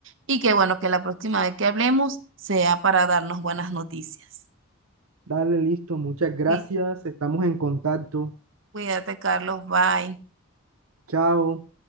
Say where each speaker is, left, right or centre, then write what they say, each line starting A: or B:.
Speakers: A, on the right; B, on the right.
A: y que bueno, que la próxima vez que hablemos sea para darnos buenas noticias.
B: Dale, listo, muchas gracias,
A: Sí.
B: estamos en contacto.
A: Cuídate, Carlos. Bye.
B: Chao.